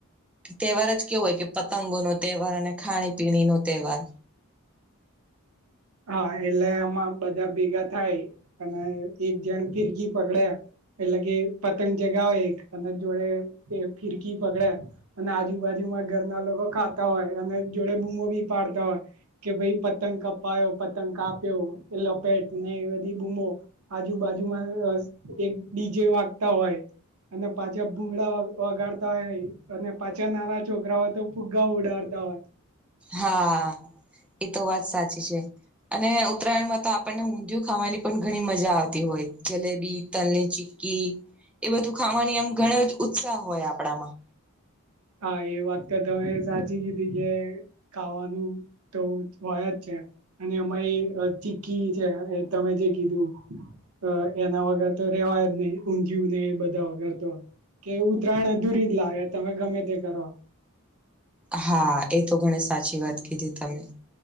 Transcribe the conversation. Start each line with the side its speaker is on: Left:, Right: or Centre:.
Centre: તહેવાર જ કેવું હોય કે પતંગો ન તહેવાર અને ખાણી પીણી નો તહેવાર
Right: હ એટલે આમાં બધા ભેગા થાય અને એક જણ ફીરકી પકડે એટલે કે પતંગ ચગાવે એક અને જોડે એ ફિરકી પકડે અને આજુબાજુમાં ઘરના લોકો ખાતા હોય અને જોડે બૂમો બી પાડતા હોય કે ભઈ પતંગ કપાયો પતંગ કાપ્યો લપેટ ને એવી બધી બૂમો આજુબાજુમાં અસ્ત એક ડીજે વાગતા હોય અને પાછા ભૂંગળા વગાડતા હોય અને પાછા નાના છોકરાઓય તો ફુગ્ગા ઉડાડતા હોય
Centre: હા એતો વાત સાચી છે અને ઉત્તરાયણમાં તો આપણને ઊંધિયું ખાવાની પણ ઘણી મજા આવતી હોય જલેબી તલ ની ચીકી એ બધું ખાવાની એમ ઘણો જ ઉત્સાહ હોય આપણામાં
Right: હા એ વાત કર તમે સાચી કીધી કે ખાવાનું તો હોય જ છે અને અમારી ચીકી છે એ તમે જે કીધું હ એના વગર તો રેવાય જ નહીિ ઊંધિયું નહિ બધા વગર તો કે ઉત્તરાયણ અધૂરી જ લાગે તમે ગમે તે કરો
Centre: હા એ તો ઘણી સાચી વાત કીધી તમે